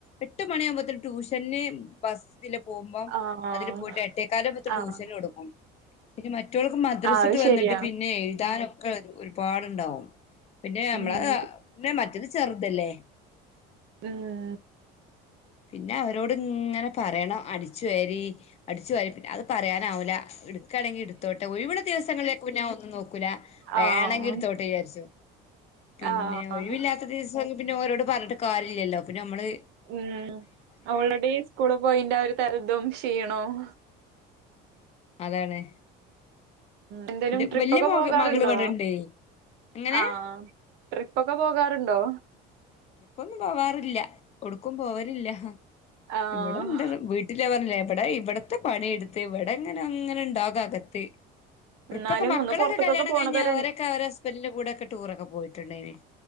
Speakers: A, on the left; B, on the right.
A: എട്ട് മണ്യാവുമ്പോത്തിന് ട്യൂഷന് ബസ് ഇതില് പോവുമ്പം,
B: ആഹ്
A: അതില് പോയിട്ട് എട്ടേക്കാല <unintelligible>
B: ആഹ്
A: ട്യൂഷനിടും. പിന്നെ, മറ്റോൽക്ക് മദ്രസ്ട്ട്
B: ആഹ് അത്
A: വന്നിട്ട്
B: ശരിയാ
A: പിന്നെ, എഴുതാനൊക്കെ ഒരുപാട് ണ്ടാവും. പിന്നെ അമ്മളെ,
B: ഉം
A: അ., മറ്റത് ചെറ്തല്ലേ!.
B: ഉം
A: പിന്നെ അവരോട്ങ്ങനെ പറയണം, അടിച്വാരി. അടിച്ചുവാരി, പിന്നെ അത് പറയാനാവൂല. ഇട്ക്കാണെങ്കി ഇട് ത്തോട്ടെ, ഒഴിവുള്ള ദിവസങ്ങളിലേക്ക് പിന്നെ ഒന്നും നോക്കൂല. വേണങ്കി
B: ആഹ്
A: ഇട്ത്തോട്ടെ വിജാരിച്ചും, പിന്നെ
B: ആഹ്
A: ഒഴിവില്ലാത്ത ദിവസം പിന്നെ ഓരോട് പറഞ്ഞിട്ട് കാര്യല്ലല്ലോ! പിന്നെ അമ്മള്
B: ഉം. ഓൾറെഡി സ്കൂള് പോയിന്റെ ആ ഒര് തൽ, ഇതും ക്ഷീണോം.
A: അതാണ്.
B: എന്തേലും
A: എന്റെ
B: ട്രിപ്പൊക്കെ
A: വല്യ മക
B: പോകാറുണ്ടോ?
A: മകള് ഇവിടെണ്ടേ എങ്ങനെ
B: ആഹ്, ആഹ്. ട്രിപ്പൊക്കെ പോകാറ്ണ്ടോ?
A: ട്രിപ്പൊന്നും പോവാറില്ല. ഒടുക്കും പോവലില്ല.
B: ആഹ്
A: ഇവിടെ ഇണ്ട്, വീ ഇല്ല പറഞ്ഞില്ലേ. ! ഇവടെ ഇവടത്തെ പണി എട്ത്ത് ഇവടെങ്ങനെ ങ്ങനെ ണ്ടാകുകത്ത്.
B: എന്നാലും
A: ഇപ്പൊക്കെ, മക്കളൊക്കെ
B: ഒന്ന് പൊറത്ത്ക്കൊക്കെ
A: കല്യാണം
B: പോണതൊരു
A: കഴിഞ്ഞൽ ഓരൊക്കെ അവരെ <unintelligible> കൂടെ ഒക്കെ ടൂറൊക്കെ പോയിട്ട്ണ്ടെയ്നിം.